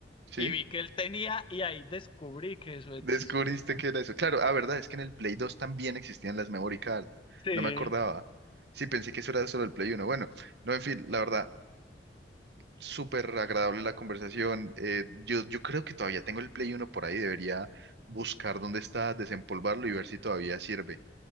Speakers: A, on the right; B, on the left.
A: sí.
B: y vi que él tenía, y ahí descubrí que eso existía.
A: Descubriste que era eso. Claro, ah, verdad, es que en el Play 2 también existían las memory cards.
B: Sí,
A: No me acordaba. Sí, pensé que eso era solo el Play uno Bueno, no, en fin, la verdad, súper agradable la conversación. Eh, yo, yo creo que todavía tengo el Play uno por ahí. Debería buscar dónde está, desempolvarlo y ver si todavía sirve.